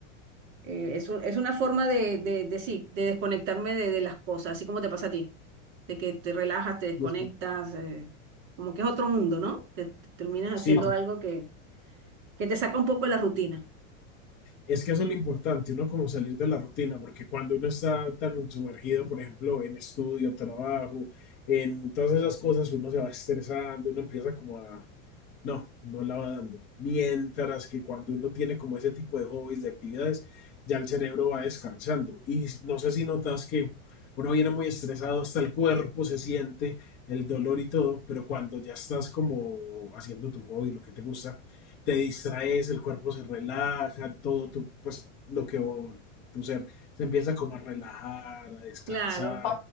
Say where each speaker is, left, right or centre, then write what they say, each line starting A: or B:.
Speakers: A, on the right; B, on the left.
A: Eh, es un- es una forma de, de, de sí, de desconectarme de, de las cosas, así como te pasa a ti, de que te relajas, te desconectas,
B: Sí, es
A: eh, como que es otro mundo, ¿no? Que te terminas
B: Sí,
A: haciendo algo que, que te saca un poco de la rutina.
B: Es que eso es lo importante, uno como salir de la rutina, porque cuando uno está tan sumergido, por ejemplo, en estudio, trabajo, en todas esas cosas, uno se va estresando, uno empieza como a, no, no la va dando. Mientras que cuando uno tiene como ese tipo de hobbies, de actividades, ya el cerebro va descansando. Y no sé si notas que uno viene muy estresado, hasta el cuerpo se siente el dolor y todo, pero cuando ya estás como haciendo tu hobby, lo que te gusta, te distraes, el cuerpo se relaja, todo tu, pues lo que vos- tu ser se empieza como a relajar, a descansar.
A: Claro.